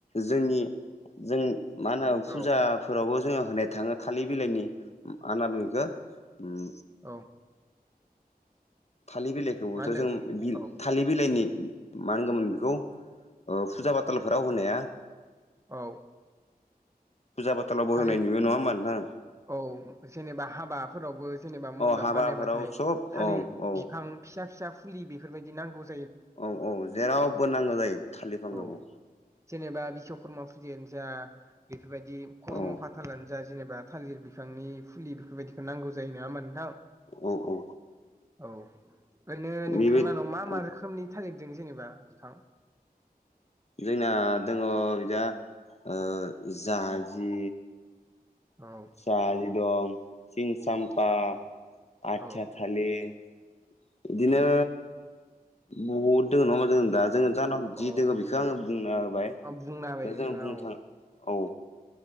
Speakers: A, on the left; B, on the right.
A: जोंनि जों मा होनो फुजा
B: औ
A: फोरावबो जोङो होनाय थाङो थालिर बिलाइनि मा होनना बुङो बेखौ ओ
B: औ।
A: थालिर बिलाइखौबोथ'जोङो
B: मा होनदों
A: बिल
B: औ
A: थालिर बिलाइनि मा होनगौमोन बेखौ ओ फुजा फाथालफोराव होनाया
B: औ।
A: फुजा फाथालावबो
B: थालिर
A: होनाय नुयो नङा होनबा नोंथां।
B: औ जेनेबा हाबाफोरावबो जेनेबा मन्दाब
A: अ हाबाफोराव
B: बानायबाथाय
A: सब
B: थालिर
A: औ औ
B: बिफां फिसा फिसा फुलि बेफोरबादि नांगौ जा
A: औ औ जेरावबो नांगौ जायो थालिर बिफांखौ
B: औ जेनेबा बिश्वकर्मा फुजानो जा बेफोरबायदि खर्मफाथ
A: औ
B: थालानो जा जेनेबा थालिर बिफांनि फुलि बेफोरबायदिखौ नांगौ जायो नङा होनबा नोंथां
A: औ औ।
B: औ ओरैनो नोंथांलाहानाव
A: बेबायदि
B: मा
A: औ
B: मा रोखोमनि थालिरदों जेनेबा बिफां
A: जोंना दङ बिजा ओ जाजि
B: औ।
A: जाहाजि दं सिंसामफा
B: औ
A: आथिया
B: औ
A: था थालिर बिदिनो बहुद दङ नङा होबा जों दा जोङो जानाव
B: अ
A: जि दङो बेखौ आङो बुंन होबाय
B: आं बुंना होबाय
A: दा
B: नोंथाङा
A: जोंङ बुंनो
B: औ
A: थाङ औ